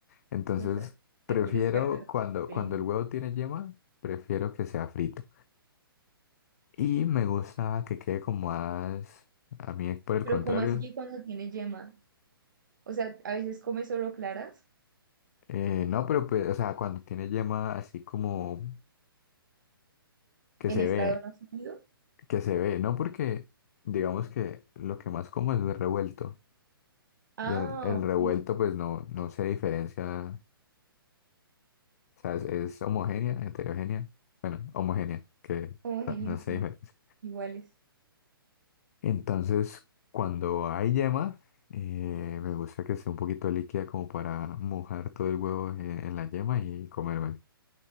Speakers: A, on the left; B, on the right.
A: Entonces,
B: <laughs>
A: prefiero
B: Te quieres perder.
A: cuando,
B: Increíble.
A: cuando el huevo tiene yema, prefiero que sea frito. Y me gusta que quede como más, a mí por el
B: Pero
A: contrario,
B: ¿cómo así que cuando tiene yema? O sea, a veces come solo claras
A: eh, no, pero pues, o sea, cuando tiene yema así como que
B: en
A: se
B: estado
A: ve,
B: no sólido.
A: que se ve, no porque digamos que lo que más como es el revuelto
B: Ah,
A: y el, el
B: ok.
A: revuelto pues no, no se diferencia, o sea, es, es homogénea, heterogénea, bueno, homogénea, que
B: Homogéneo,
A: no, no se
B: sí.
A: diferencia.
B: Iguales.
A: Entonces, cuando hay yema, eh, me gusta que sea un poquito líquida como para mojar todo el huevo en, en la yema y comérmelo.